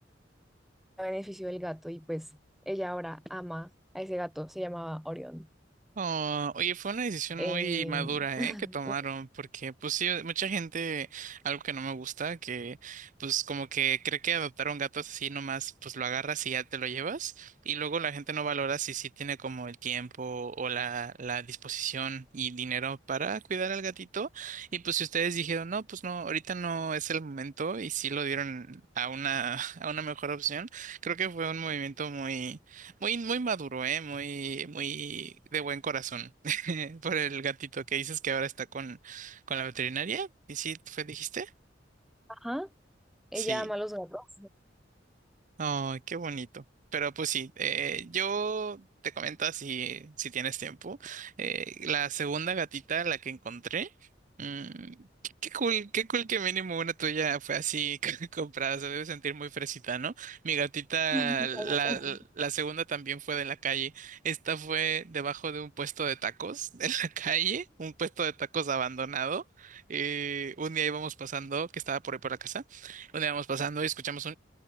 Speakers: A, in the centre; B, on the right (about 45°).
A: tenga beneficio del gato y pues ella ahora ama a ese gato, se llamaba Orión.
B: Oh, oye, fue una decisión
A: Em,
B: muy madura,
A: <laughs>
B: ¿eh? que tomaron, porque pues sí, mucha gente, algo que no me gusta, que pues como que cree que adoptar un gato es así nomás, pues lo agarras y ya te lo llevas, y luego la gente no valora si sí tiene como el tiempo o la, la disposición y dinero para cuidar al gatito, y pues si ustedes dijeron, no, pues no, ahorita no es el momento, y sí lo dieron a una, <laughs> a una mejor opción, creo que fue un movimiento muy muy, muy maduro, ¿eh? Muy, muy de buen corazón <laughs> por el gatito que dices que ahora está con, con la veterinaria. ¿Y sí, fue, dijiste?
A: ajá, ella
B: Sí.
A: ama a los gatos. <laughs>
B: Ay, qué bonito. Pero pues sí, eh, yo te comento si, si tienes tiempo. Eh, la segunda gatita, la que encontré, mm, qué, qué cool, qué cool que mínimo una tuya fue así <laughs> comprada. Se debe sentir muy fresita, ¿no? Mi gatita,
A: Hay
B: la,
A: gatos.
B: la segunda también fue de la calle. Esta fue debajo de un puesto de tacos de la calle, un puesto de tacos abandonado. Eh, un día íbamos pasando, que estaba por ahí por la casa. Un día íbamos pasando y escuchamos